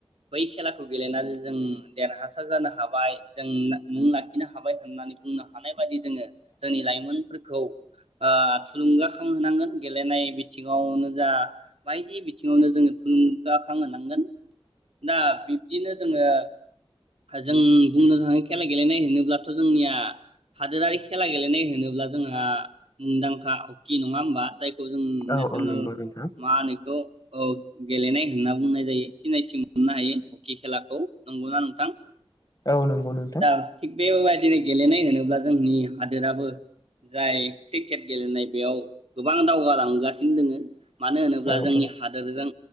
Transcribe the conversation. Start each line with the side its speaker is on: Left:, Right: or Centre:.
Right: बै खेलाखौ गेलेनानै जों देरहासार जानो हाबाय जों मुं लाखि खिनो हाबाय होननानै बुंनो हानाय बायदि जोङो जोंनि लाइमोनफोरखौ ओ थुलुंगाखांहोनांगोन गेलेनाय सिङावनो जा बायदि बिथिङावनो जोङो थुलुंगाखां होनांगोन दा बिब्दिनो जोङो जों बुंनो थाङो खेला गेलेनाय होनोब्लाथ' जोंनिया हादोरारि खेला गेलेनाय होनोब्ला जोंहा मुंदांखा हकि नङा होमबा जायखौ जों
Left: औ
Right: नेसनेल
Left: औ नंगौ नोंथां
Right: मा होनोएखौ गेलेनाय होनना बुंनाय जायो सिनायथि मोननो हायो हकि खेलाखौ नंगौना नोंथां
Left: औ नंगौ नोंथां
Right: दा थि बे लाइ दिनै गेलेनाय होनोब्ला जोंनि हादोराबो जाय क्रिकेट गेलेनाय बेयाव गोबां दावगालांगासिनो दोङो मानो होनोब्ला
Left: औ
Right: जोंनि
Left: औ
Right: हादोरजों